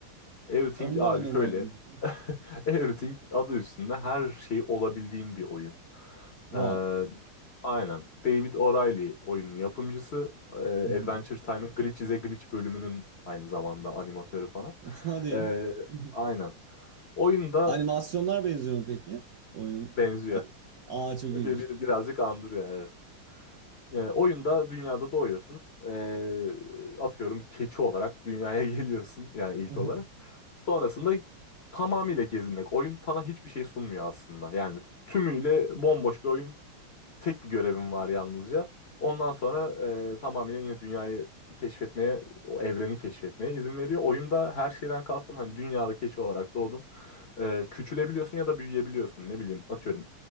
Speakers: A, on the left; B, on the right.
A: everything
B: Onu da
A: abi
B: oynamadım.
A: şöyle. <laughs> Everything adı üstünde her
B: <laughs>
A: şey olabildiğin bir oyun.
B: Wow.
A: Ee, aynen. David O'Reilly oyunun yapımcısı. Ee,
B: <laughs> Hı hı.
A: Adventure Time'ın Glitch is a Glitch bölümünün aynı zamanda animatörü falan.
B: Hadi ya.
A: Ee,
B: <laughs>
A: aynen. Oyun da
B: Animasyonlar benziyor mu peki? Oyunun.
A: benziyor.
B: Aa çok iyiymiş.
A: Ee, Bir, bir, birazcık andırıyor evet. E, oyunda dünyada doğuyorsun. E, atıyorum bir keçi olarak dünyaya <laughs> geliyorsun yani
B: <laughs>
A: ilk olarak. Sonrasında tamamıyla gezinmek. Oyun sana hiçbir şey sunmuyor aslında. Yani tümüyle bomboş bir oyun Tek bir görevim var yalnızca. Ondan sonra e, tamamen yine dünyayı keşfetmeye, o evreni keşfetmeye izin veriyor. Oyunda her şeyden kastım hani dünyada keçi olarak doğdun. E, küçülebiliyorsun ya da büyüyebiliyorsun. Ne bileyim atıyorum.